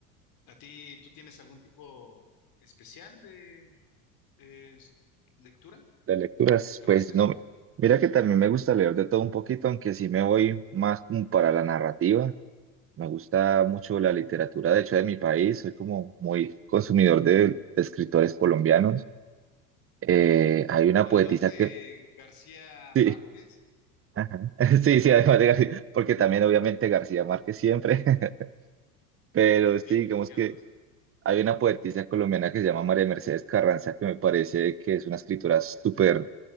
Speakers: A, on the left; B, on the right.
A: ¿A ti, tú tienes algún tipo especial de eh, lectura
B: De lecturas,
A: que te
B: pues
A: guste?
B: no. Mira que también me gusta leer de todo un poquito, aunque sí me voy más como para la narrativa. Me gusta mucho la literatura, de hecho, de mi país. Soy como muy consumidor de, de escritores colombianos. Eh, hay una
A: Además
B: poetisa
A: de
B: que...
A: García
B: Sí,
A: Márquez,
B: ajá. <laughs> Sí, sí, además de García, porque también obviamente García Márquez siempre, <laughs> pero
A: <laughs>
B: sí,
A: ¿qué,
B: digamos
A: qué
B: que...
A: otros?
B: Hay una poetisa colombiana que se llama María Mercedes Carranza, que me parece que es una escritura súper